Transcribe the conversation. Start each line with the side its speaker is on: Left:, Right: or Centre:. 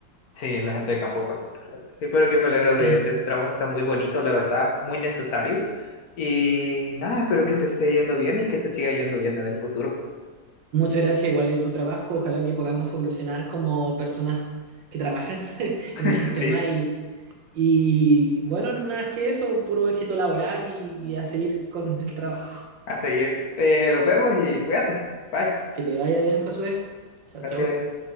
Left: Sí, la gente de campo es bastante fuerte. Sí, pero que me alegro
Right: Sí.
Left: de, de tu trabajo, está muy bonito, la verdad, muy necesario. Y nada, espero que te esté yendo bien y que te siga yendo bien en el futuro.
Right: Muchas gracias, igual es tu trabajo. Ojalá que podamos evolucionar como personas que trabajan <laughs> en
Left: <laughs>
Right: el sistema
Left: Sí.
Right: y, y bueno, no nada más que eso, puro éxito laboral y, y a seguir con el trabajo.
Left: a seguir. Eh, nos vemos y cuídate. Bye.
Right: Que te vaya bien, Josué. Chao,
Left: Gracias.
Right: chao.